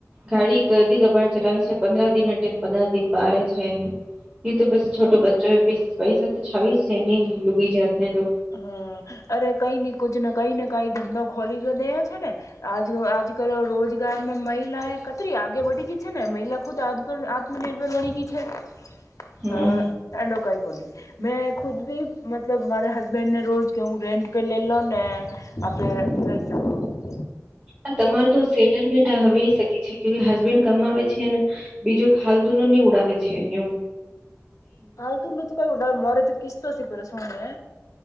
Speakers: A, on the right; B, on the left.
A: ગાડી અધી ગબાડ ચલાવે છે, પંદ્રાહ દિન <unintelligible> પંદ્રાહ દિન બારે છે ને. ઈ તો પછી છોટો બચ્ચો હે, પૈસ પૈસા તો છાવી જ છેને લુગી જાતને તો.
B: હમ અરે કંઈ નહીં કુજને કંઈ ન કંઈ ધંધો ખોલી દેઓ છે ને, આજ આજ કલ રોજ <unintelligible> મહિલાએ કતરી આગે બઢી ગઈ છે ને, મહિલા ખુદ આત્ભર આત્મનિર્ભર બની ગી છે.
A: હમ
B: તો એડો કંઈ કોને. મેં ખુદ ભી મતલબ મારે હસબેન્ડને રોજ કે હું રેન્ટ પે લે લો ને આપડે <inaudible>
A: અન તમાર તો સેટલમેન્ટ હવે શકે છે કે હસબેન્ડ કમાવે છે, અને બીજું ફાલ્તુ નુ ની ઉડાવે છે યુ
B: ફાલતુ નું તો કઈ ઉડા મારે તો કિસ્તો સે પર સોને